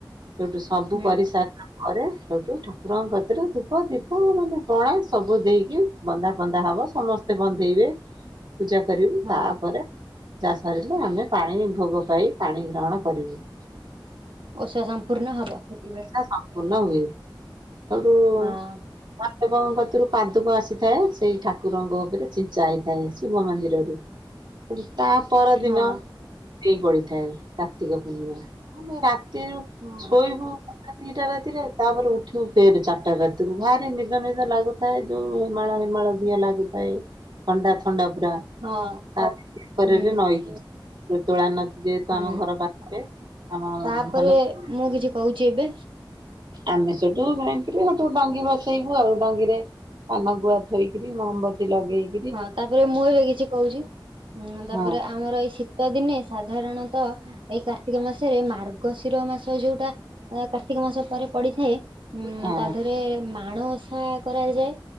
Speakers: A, on the right; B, on the right.
A: ସେଠୁ। ସବୁ
B: ହୁଁ
A: କରିସାର ଆରେ ସବୁ ଠାକୁରଙ୍କ କତିରେ ଧୁପ, ଦୀପ ମାନେ ପଣା ସବୁ ଦେଇକି ବନ୍ଧା ପନ୍ଦା ହବ ସମସ୍ତେ ବନ୍ଦେଇବେ। ପୂଜାକରିବୁ
B: ହଁ
A: ତାପରେ ପୂଜାସରିଲେ ଆମେ ପାଣିଭୋଗ ପାଇ ପାଣି ଗ୍ରହଣକରିବୁ।
B: ଓଷା ସମ୍ପୂର୍ଣ ହବ ସେତିବେଳେ।
A: ସମ୍ପୂର୍ଣ ହୁଏ ସେଉଠୁ
B: ହଁ
A: ମହାଦେବଙ୍କତରୁ ପାଦୁକ ଆସିଥାଏ ସେଇ ଠାକୁରଙ୍କ ଉପରେ ଛିଞ୍ଚା ହେଇଥାଏ। ଶିବ ମନ୍ଦିରରୁ ହ <inaudible> ତା ପରଦିନ
B: ହଁ
A: ଟି ପଡିଥାଏ କାର୍ତ୍ତିକ ପୂର୍ଣ୍ଣିମା ଆମେ ତିରୁ
B: ହଁ
A: ଶୋଇବୁ ଦି ଟା ରାତିରେ ତାପରେ ଉଠିବୁ ଫେରେ ଚାରିଟା ରାତିରୁ ଭାରି ନିଦ ନିଦ ଲାଗୁ ଥାଏ ଯୋଉ ହେମାଳ ହେମାଳ ଦିହ ଲାଗୁଥାଏ ଥଣ୍ଡା ଥଣ୍ଡା ପୁରା
B: ହଁ
A: ତା ପରେ
B: ହୁଁ
A: ନଈକି ଯିବୁ ତୋଳ ନଦିରେ ତ
B: ହୁଁ
A: ଆମ ଘର ପରେ ଆମ
B: ତାପରେ
A: ହନୁମାନ
B: ମୁଁ କିଛି କହୁଛି ଏବେ
A: ଆମେ ସେଠୁ ଯାଇକିରି ସେଠୁ ଡଙ୍ଗି ଭସେଇବୁ ଆଉ ଡଙ୍ଗିରେ ପାନ ଗୁଆ ଥୋଇକରି ମହମବତୀ ଲଗେଇ
B: ହଁ ତାପରେ ମୁଁ ଏବେ କିଛି କହୁଛି। ଉଁ ତାପରେ
A: ହଁ
B: ଆମର ଏଇ ଶୀତ ଦିନେ ସାଧାରଣତଃ ଏଇ କା କାର୍ତ୍ତିକ ମାସରେ ମାର୍ଗଶିର ମାସ ଯୋଉଟା ଆ କାର୍ତ୍ତିକ ମାସ ପରେ ପଡିଥାଏ ଉଁ
A: ହଁ
B: ତା ଦେହରେ ମାଣ ଓଷା କରାଯାଏ।